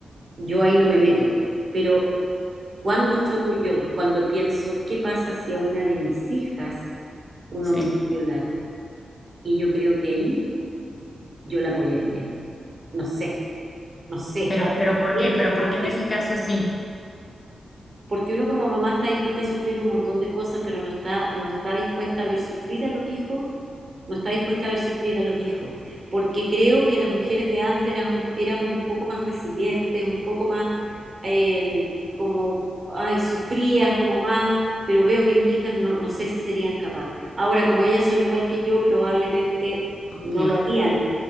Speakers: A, on the right (about 40°); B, on the left (about 35°).
A: yo ahí no me meto. Pero, ¿cuándo choco yo? Cuando pienso, ¿qué pasa si a una de mis hijas un
B: sí.
A: hombre la violara? Y yo creo que ahí yo la apoyaría. No sé, no sé.
B: Pero,
A: Ahí,
B: pero
A: ahí
B: ¿por qué?
A: entra
B: Pero
A: el
B: ¿por
A: conflicto.
B: qué en ese caso sí?
A: porque uno como mamá está dispuesta a sufrir un montón de cosas, pero no está, no está dispuesta a ver sufrir a los hijos, no está dispuesta a ver sufrir a los hijos, porque creo que las mujeres de antes eran un- éramos un poco más resilientes, un poco más eh, como, ay, sufrías como más, pero veo que mis hijas no, no sé si serían capaces. Ahora, como ellas son igual que yo, probablemente
B: Ok,
A: no lo harían.